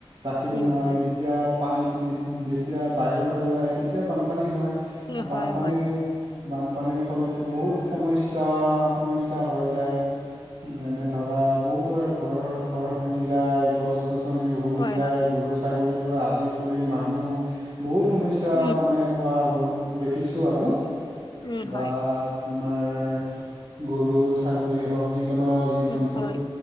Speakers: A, on the right (about 65°); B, on the left (about 50°).
A: ৰাখিব
B: উম
A: নোৱাৰি
B: হয়
A: তে তিয়া পানীটো যেতিয়া বাহিৰৰ পৰা ওলাই আহে, তেতিয়া বানপানী হয় আৰু
B: উম হয়
A: বানপানী
B: হয়
A: বানপানীৰ ফলতো বহুত সমস্যা সমস্যা হৈ যায়। যেনে ধৰা বহুতৰে ঘৰ ঘৰ ভাঙি যায়, গছ গছনি উভলি
B: হয়
A: যায়,
B: হয়।
A: গৰু ছাগলী পৰা আদি কৰি মানুহ বহুত সমস্যা
B: উম,
A: মানে পোৱা দে খিছোঁ আৰু
B: উম,
A: বা
B: হয়,
A: তোমাৰ গৰু ছাগলী হওক যিকোনো জীৱ
B: উম,
A: জ
B: হয়,